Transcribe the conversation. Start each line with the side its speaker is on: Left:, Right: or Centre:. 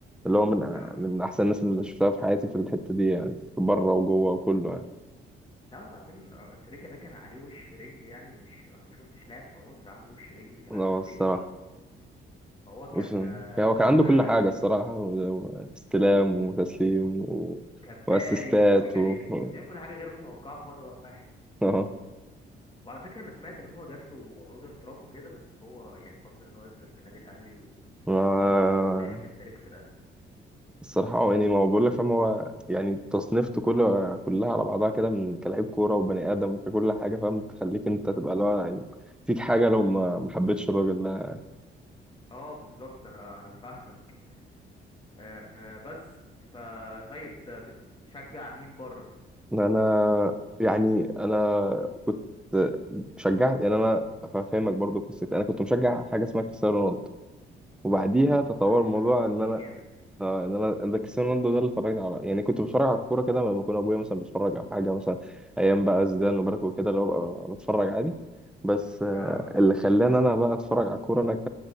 Centre: اللي هو من
Left: آه.
Centre: من احسن الناس اللي شفتها في حياتي في الحته دي يعني في بره وجوه وكله يعني
Left: لا وبعدين آه، تريكا ده كان عليه وش رجل يعني مش انا ما شفتش لاعب في مصر عنده وش رجل اللي كان
Centre: اه
Left: عند تريكا
Centre: الصراحه
Left: فهو كان
Centre: بص كان-
Left: آه،
Centre: هو كان عنده
Left: كان
Centre: كل
Left: عالمي
Centre: حاجة الصراحة و- واستلام وتسليم و...
Left: وكباري
Centre: واسيستات
Left: وكو آه. يعني
Centre: و... <laughs>
Left: كان بيعمل كل حاجه غير متوقعه في وقت واحد
Centre: اه
Left: وعلى فكره انا سمعت ان هو جات له عروض احتراف وكده بس هو يعني فضل ان هو يفضل في النادي الاهلي و...
Centre: ما-
Left: وقرر ان هو هيعمل تاريخ في الاهلي
Centre: الصراحة هو يعني ما هو بقول لك فاهم هو يعني تصنيفته كله كلها على بعضها كده من كلاعب كورة وبني آدم وككل حاجة فاهم تخليك أنت تبقى اللي هو يعني فيك حاجة لو ما ما حبيتش الراجل ده
Left: اه بالظبط انا انا فاهمك آه آه، بس فطيب آه، بتشجع مين بره
Centre: إن أنا يعني أنا كنت شجعت يعني أنا فاهمك برضو قصتي أنا كنت مشجع حاجة اسمها كريستيانو رونالدو وبعديها تطور
Left: ده احنا
Centre: الموضوع
Left: متفقين
Centre: ان انا
Left: جامد
Centre: اه ان انا ده كريستيانو رونالدو ده اللي اتفرجنا على يعني كنت بتفرج على الكوره كده لما يكون ابويا مثلا بيتفرج او حاجه مثلا ايام بقى زيدان وبركه وكده اللي هو ببقى بتفرج عادي بس آه،
Left: اه
Centre: اللي خلاني انا بقى اتفرج على الكوره انا ك...